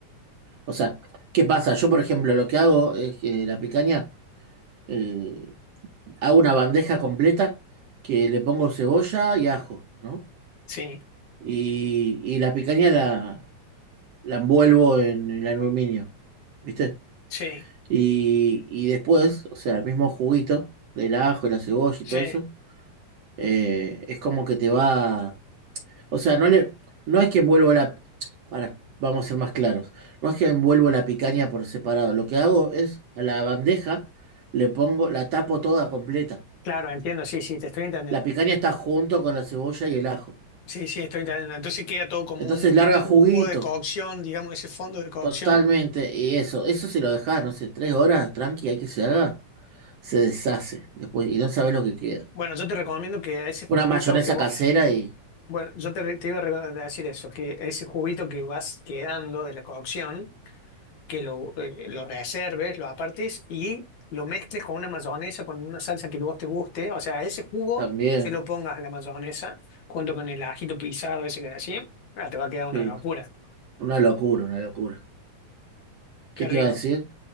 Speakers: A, on the right (about 60°); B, on the left (about 65°).
A: O sea, ¿qué pasa? Yo, por ejemplo, lo que hago es que la picaña. eh, hago una bandeja completa que le pongo cebolla y ajo, ¿no?
B: sí,
A: y, y la picaña la, la envuelvo en el aluminio, ¿viste?
B: sí,
A: Y, y después, o sea, el mismo juguito del ajo, la cebolla y
B: sí.
A: todo eso, eh, es como que te va... O sea, no le, no es que envuelvo la... Para, vamos a ser más claros. No es que envuelvo la picaña por separado. Lo que hago es a la bandeja le pongo, la tapo toda completa.
B: Claro, entiendo, sí, sí, te estoy entendiendo.
A: La picaña está junto con la cebolla y el ajo.
B: Sí, sí, estoy entendiendo. Entonces queda todo como
A: Entonces
B: un,
A: larga juguito,
B: un jugo de cocción, digamos, ese fondo de cocción.
A: Totalmente, y eso, eso si lo dejas, no sé, tres horas, tranqui, hay que se haga, se deshace después y no sabes lo que queda.
B: Bueno, yo te recomiendo que a ese juguito
A: Una mayonesa
B: que vos,
A: casera y
B: bueno, yo te, re- te iba a re- a decir eso, que ese juguito que vas quedando de la cocción. que lo, eh, lo reserves, lo apartes y lo mezcles con una mayonesa, con una salsa que vos te guste. O sea, ese jugo
A: también,
B: se lo pongas a la mayonesa junto con el ajito pisado, ese que así. Ah, te va a quedar una
A: sí,
B: locura.
A: una locura, una locura.
B: Qué
A: ¿Qué te
B: rico.
A: iba a decir?